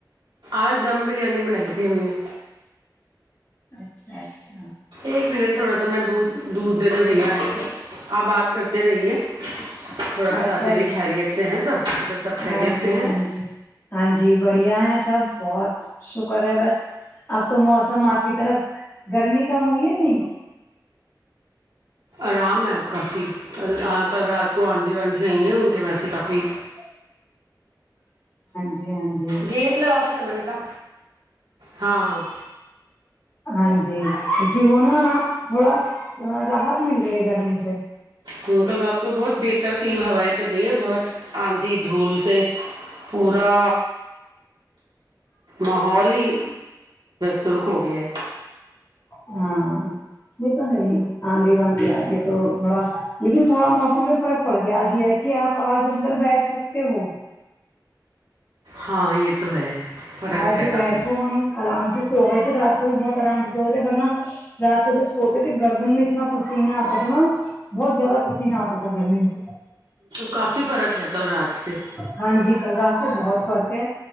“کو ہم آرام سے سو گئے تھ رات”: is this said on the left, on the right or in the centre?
Left